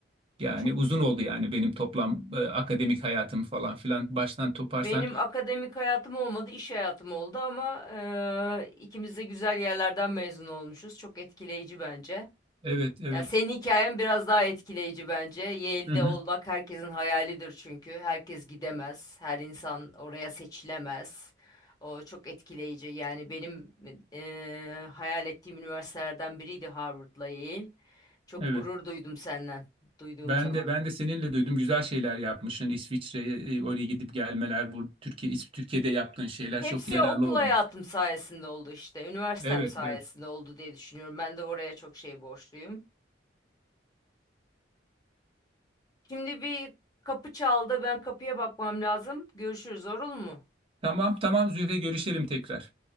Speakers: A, on the right; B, on the left.
A: Yani
B: E, Çok
A: uzun
B: güç.
A: oldu yani benim toplam e, akademik hayatım falan filan. Baştan toparsan.
B: Benim akademik hayatım olmadı, iş hayatım oldu ama eee ikimiz de güzel yerlerden mezun olmuşuz. Çok etkileyici bence.
A: Evet, evet.
B: Ya senin hikayen biraz daha etkileyici bence. Yale'de
A: Hı hı,
B: olmak herkesin hayalidir çünkü. Herkes gidemez, her insan oraya seçilemez. O çok etkileyici. Yani benim eee, hayal ettiğim üniversitelerden biriydi Harvard'la Yale. Çok
A: evet.
B: gurur duydum senden duyduğum
A: Ben
B: zaman.
A: de ben de seninle duydum güzel şeyler yapmışsın. İsviçre'ye e, oraya gidip gelmeler bu Türkiye İs- Türkiye'de yaptığın şeyler
B: Hepsi
A: çok yararlı
B: okul hayatım
A: olmuş.
B: sayesinde oldu işte. Üniversitem
A: Evet
B: sayesinde
A: evet.
B: oldu diye düşünüyorum. Ben de oraya çok şey borçluyum. Şimdi bir kapı çaldı. Ben kapıya bakmam lazım. Görüşürüz, olur mu?
A: Tamam tamam Zühre görüşelim tekrar.